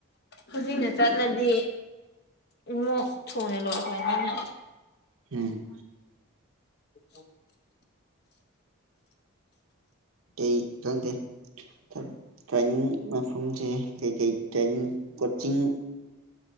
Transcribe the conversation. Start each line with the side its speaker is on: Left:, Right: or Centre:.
Left: ꯍꯧꯖꯤꯛꯅ ꯆꯠꯂꯗꯤ ꯏꯃꯣꯛ ꯊꯨꯅ ꯂꯣꯏꯑꯁꯨꯥꯏꯅꯤꯅ
Right: ꯎꯝ
Left: ꯎ
Right: ꯑꯩ ꯊꯗꯦ ꯊ ꯇ꯭ꯔꯦꯟꯅꯤꯡ ꯃꯐꯝꯁꯦ ꯀꯩꯀꯩ ꯇ꯭ꯔꯦꯟꯅꯤꯡ ꯀꯣꯆꯤꯡ